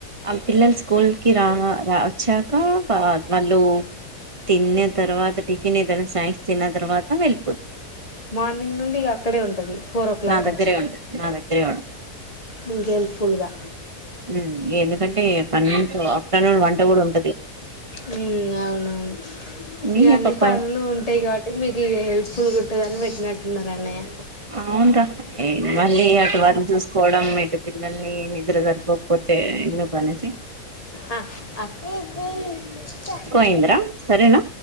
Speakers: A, on the right; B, on the left.
A: ఆమ్ పిల్లలు స్కూల్ కి రా రా వచ్చాక వా వాళ్ళు తిన్న తర్వాత టిఫిన్ ఏదైనా స్నాక్స్ తిన్న తర్వాత వెళ్ళిపోద్
B: మార్నింగ్ నుండి ఇగ అక్కడే ఉంటది ఫోర్ ఓ క్లాక్
A: నా దగ్గరే
B: వచ్చి
A: ఉంటది నా దగ్గరె ఉంటది
B: మీకు హెల్ప్ఫుల్గా
A: ఉమ్ ఎందుకంటే <unintelligible> ఆఫ్టర్నూన్ వంట కూడా ఉ
B: ఉ అవునవును
A: మీ
B: ఇగ అన్ని
A: పప్పాయ
B: పనులు ఉంటాయి కాబట్టి మీకు ఇక హెల్ప్ ఫుల్ ఉంటదని పెట్టినట్టున్నారు అన్నయ్య
A: అవున్ రా ఈ మళ్ళీ అటు వర్కు చూసుకోవడం ఇటు పిల్లల్ని నిద్ర సరిపోకపోతే ఎందుకనేసి
B: ఆ ఆ
A: అయిందా రా సరేనా